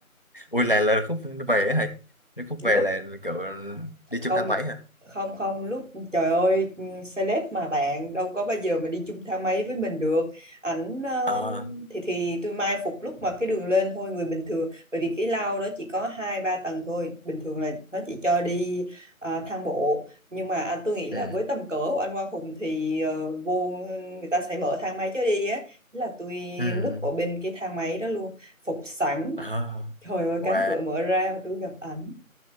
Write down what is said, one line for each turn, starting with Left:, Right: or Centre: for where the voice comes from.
Left: ui là là khúc về ấy hả nếu khúc
Right: lúc
Left: về là kiểu đi
Right: không
Left: chung thang máy hả
Right: không không lúc trời ơi celeb mà bạn đâu có bao giờ mà đi chung thang máy với mình được ảnh ờ,
Left: ờ
Right: thì thì tôi mai phục lúc mà cái đường lên thôi người bình thường bởi vì cái lao đó chỉ có hai ba tầng thôi bình thường là nó chỉ cho đi ờ, thang bộ nhưng mà à, tôi nghĩ là
Left: ừ
Right: với tầm cỡ của anh Quang Hùng thì ờ, vô người ta sẽ mở thang máy cho đi á thế là tôi
Left: ừ
Right: núp ở bên cái thang máy đó luôn phục sẵn
Left: ờ
Right: trời ơi
Left: và
Right: cánh cửa mở ra và tôi gặp ảnh